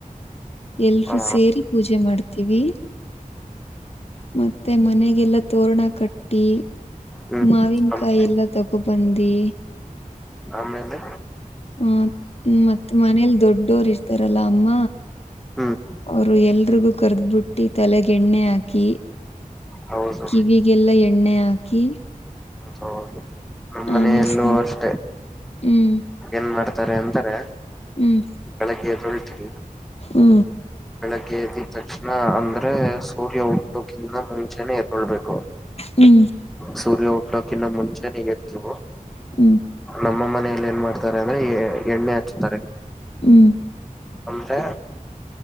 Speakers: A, on the left; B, in the centre.
A: ಎಲ್ರುೂ
B: ಹ
A: ಸೇರಿ ಪೂಜೆ ಮಾಡ್ತೀವಿ ಮತ್ತೆ ಮನೆಗೆಲ್ಲಾ ತೋರ್ಣಕ್ ಕಟ್ಟಿ
B: ಹ್ಮ್
A: ಮಾವಿನಕಾಯಿ
B: ಆಮ್
A: ಎಲ್ಲ ತಗೊಬಂದಿ
B: ಆಮೇಲೆ
A: ಹ್ಮ ಮತ್ತೆ ಮನೇಲಿ ದೊಡ್ಡೋರು ಇರ್ತಾರಲ್ಲ ಅಮ್ಮ
B: ಹ್ಮ್
A: ಅವರು ಎಲ್ರಿಗೂ ಕರ್ದ್ಬಿಟ್ಟಿ ತಲೆಗೆಣ್ಣೆ ಹಾಕಿ
B: ಹೌದು
A: ಕಿವಿಗೆಲ್ಲಾ ಎಣ್ಣೆ ಹಾಕಿ
B: ಹ ಹೌ ನಮ್ಮ ಮನೆಯ
A: ಆಮೇಲೆ
B: ಎಲ್ಲೂ
A: ಸ್ನಾನ
B: ಅಷ್ಟೆ
A: ಹ್ಮ್
B: ಏನ್ ಮಾಡ್ತಾರೆ ಎಂತಾರೆ
A: ಹ್ಮ್
B: ಬೆಳಗ್ಗೆ ತೊಳ್ತೀರಿ
A: ಹ್ಮ
B: ಬೆಳಗ್ಗೆ ಎದಿದ ತಕ್ಷಣ ಅಂದ್ರೆ ಸೂರ್ಯ ಉದ್ಯಕ್ಕಿಂದ ಮುಂಚೆನೆ ಎರ್ಕೊಳ್ಬೇಕು
A: ಹ್ಮ್
B: ಸೂರ್ಯ ಹುಟ್ಟೋಕಿನ್ನ ಮುಂಚೆನಗತ್ ನೀವು
A: ಹ್ಮ್
B: ನಮ್ಮ ಮನ ಎಣ್ಣೆಯಲ್ಲಿ ಏನ್ ಮಾಡ್ತಾರೆ ಅಂದ್ರೆ ಎಣ್ಣೆ ಹಾಚ್ತಾರೆ
A: ಹ್ಮ್
B: ಅಂದ್ರೆ